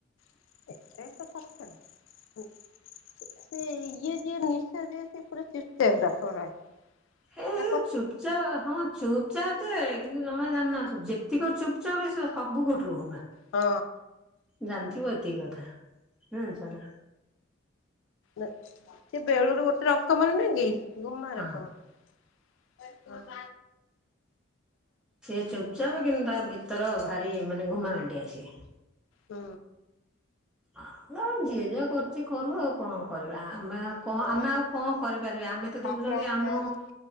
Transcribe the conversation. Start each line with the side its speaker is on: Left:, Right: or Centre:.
Left: <unintelligible>
Centre: ଏ
Left: ତା କଥା
Centre: ଚୁପଚାପ ହଁ ଚୁପ ଚୁପଚାପେ କିନ୍ତୁ ତମା ଜାଣିନ ଯେତିକି ଚୁପଚାପ୍ ସେ ସବୁ ଗୋଠ ର ହମା
Left: ହଁ।
Centre: ଜାଣିଥିବ ଏତିକି କଥା। ହୁଁ ଚାଲ।
Left: ସେ ବେଳୁରୁ ଗ ର କମଲ ନୁହଁ କି? ଗୁମା
Centre: ହଁ
Left: ରଖମା।
Centre: ସେ ଚୁପଚାପ କିନ୍ତା ଭିତର ଭାରି ମାନେ ଘୁମାଣି। ଡି ଆସି
Left: ହଁ।
Centre: ଆଉ ଯିଏ ଯାହା କରୁଛି କରୁ ଆଉ କଣ କରିବା ଆମେ କଣ
Left: ହଁ
Centre: ଆମେ ଆଉ କଣ କରିପାରିବା ଆମେ ତ
Left: ଠାକୁରଙ୍କ
Centre: ଦେଖୁଛନ୍ତି
Left: ଦୟାରୁ
Centre: ଆମ